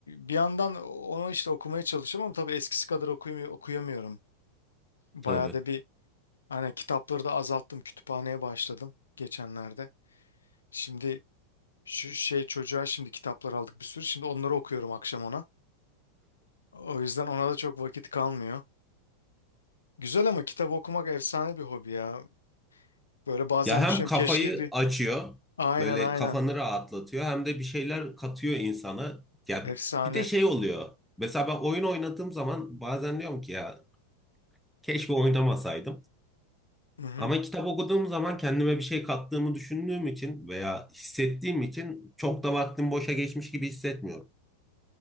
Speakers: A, on the left; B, in the centre.
A: bir yandan onu işte okumaya çalışıyorum ama tabii eskisi kadar okuyamıyor- okuyamıyorum. Bayağı
B: Tabii.
A: da bir Aynen kitapları da azalttım. Kütüphaneye başladım geçenlerde. Şimdi şu şey çocuğa şimdi kitaplar aldık bir sürü. Şimdi onları okuyorum akşam ona. O yüzden ona da çok vakit kalmıyor. Güzel ama kitap okumak efsane bir hobi ya. Böyle bazen
B: Ya hem
A: düşünüyorum
B: kafayı
A: keşke bir...
B: açıyor,
A: Aynen
B: böyle
A: aynen.
B: kafanı rahatlatıyor hem de bir şeyler katıyor insana. Ya
A: Efsane.
B: bir de şey oluyor. Mesela ben oyun oynadığım zaman bazen diyorum ki ya keşke oynamasaydım.
A: Hı hı.
B: Ama kitap okuduğum zaman kendime bir şey kattığımı düşündüğüm için veya hissettiğim için çok da vaktim boşa geçmiş gibi hissetmiyorum.